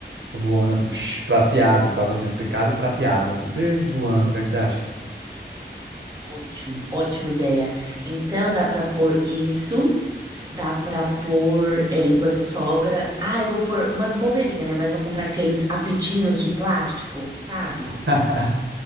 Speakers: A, on the right; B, on the right.
A: voando, assim, psh, prateado, papelzinho picado e prateado, assim, psh, voando. O que é que você acha?
B: Ótimo, ótima ideia. Então dá pra pôr isso, dá pra pôr é, língua de sogra. Ah, eu vou pôr umas bobeirinhas, né? Mas vou comprar aqueles apitinhos de plástico, sabe?
A: <laughs>